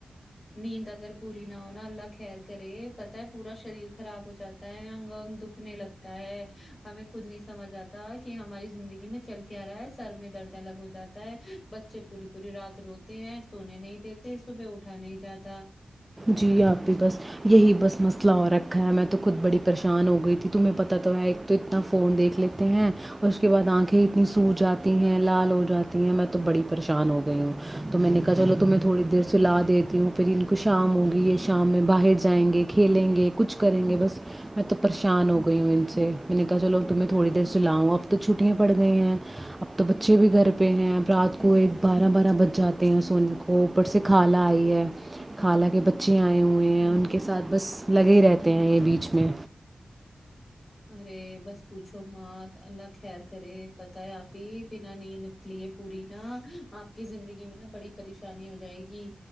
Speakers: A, on the left; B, on the right.
A: نیند اگر پوری نہ ہونا اللہ خیر کرے پتا ہے پورا شریر خراب ہو جاتا ہے انگ انگ دکھنے لگتا ہے ہمیں خود نہیں سمجھ آتا کہ ہماری زندگی میں چل کے آ رہا ہے سر میں درد الگ ہو جاتا ہے بچے پوری پوری رات رو <unintelligible> تے ہیں سونے نہیں دیتے صبح اٹھا نہیں جاتا <unintelligible>
B: جی آپ بھی بس یہی بس مسئلہ اور رکھا ہے میں تو خود بڑی پریشان ہو گئی تھی تمہیں پتتا تو ایک تو اتنا فون دیکھ لیتے ہیں اور اس کے بعد آنکھیں اتنی سو جاتی ہیں لال ہو جاتی ہیں میں تو بڑی پریشان ہو گئی ہوں تو میں نے کہا چلو تمہیں تھوڑی دیر س لا دیتی ہوں پھر ان شام ہوگی یہ شام میں باہر جائیں گے کھیلیں گے کچھ کریں گے بس میں تو پریشان ہو گئی ہوں ان سے میں نے کہا چلو تمہیں تھوڑی دیر سلاؤں اب تو چھٹیاں پڑ گئی ہیں اب تو بچے بھی گھر پہ ہیں اب رات کو ایک بارہ بارہ بج جاتے ہیں سونے کو اوپر سے کالا آئی ہے <unintelligible> خالہ کے بچے آئے ہوئے ہیں ان کے ساتھ بس لگے ہی رہتے ہیں یہ بیچ میں
A: ارے بس پوچھو مات اللہ خیر کرے پتہ ہے آپ ہی بنا نیند نکلی ہے پوری نا آپ کی زندگی میں نا بڑی پریشانی ہو جائے گی